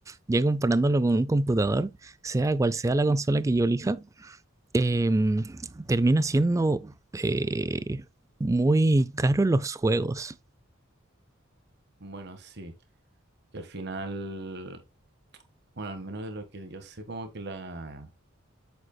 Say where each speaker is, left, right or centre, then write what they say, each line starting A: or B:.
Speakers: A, on the right; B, on the right.
A: Ya comparándolo con un computador, sea cual sea la consola que yo elija, em, termina siendo eh, muy caro los juegos.
B: Bueno, sí, que al final, bueno, al menos de lo que yo sé, como que la,